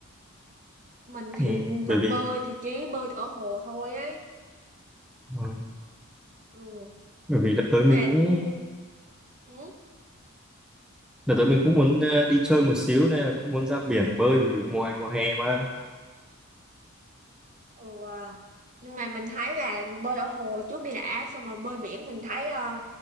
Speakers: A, on the right; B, in the centre.
A: mình thì
B: ừ, bởi
A: tập
B: vì
A: bơi thì chỉ bơi ở hồ thôi ấy
B: ờ,
A: ừ
B: bởi vì đã tới
A: nhưng
B: mình
A: mà
B: cũng
A: ừ, ừ,
B: Đợt tới mình cũng muốn ờ, đi chơi một xíu nên là cũng muốn ra biển bơi vì mùa mùa hè mà.
A: ừ. à. nhưng mà mình thấy là bơi ở hồ trước đi đã xong rồi bơi biển mình thấy ờ,